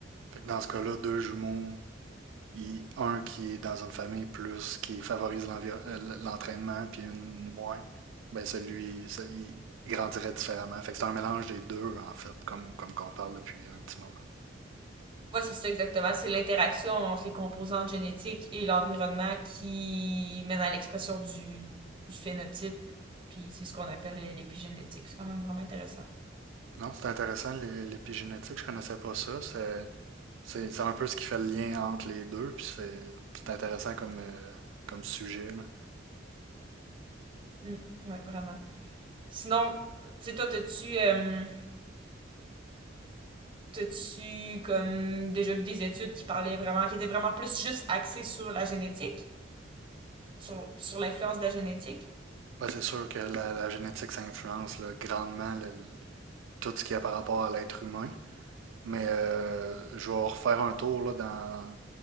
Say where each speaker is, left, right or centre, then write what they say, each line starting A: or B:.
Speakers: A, on the right; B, on the right.
A: Fait que dans ce cas-là, deux jumeaux, il- un qui est dans une famille plus, qui favorise euh, l'entraînement, puis une moins, ben celui, ça- il grandirait différemment. Fait que c'est un mélange des deux, en fait, comme, comme qu'on parle depuis un petit moment.
B: Ouais, c'est ça exactement. C'est l'interaction entre les composantes génétiques et l'environnement qui mène à l'expression du, du phénotype. Puis c'est ce qu'on appelle l'épigénétique. C'est quand même vraiment intéressant.
A: Non, c'est intéressant, l'é- l'épigénétique, je connaissais pas ça. C'est, c'est, c'est un peu ce qui fait le lien entre les deux, puis c'est, c'est intéressant comme, euh, comme sujet, là.
B: Mm. Ouais, vraiment. Sinon, tu sais, toi, t'as-tu, euh, t'as-tu comme déjà vu des études qui parlaient vraiment, qui étaient vraiment plus juste axées sur la génétique, sur, sur l'influence de la génétique?
A: Ben, c'est sûr que la, la génétique, ça influence là, grandement le- le- tout ce qu'il y a par rapport à l'être humain. Mais euh, je vais refaire un tour là, dans,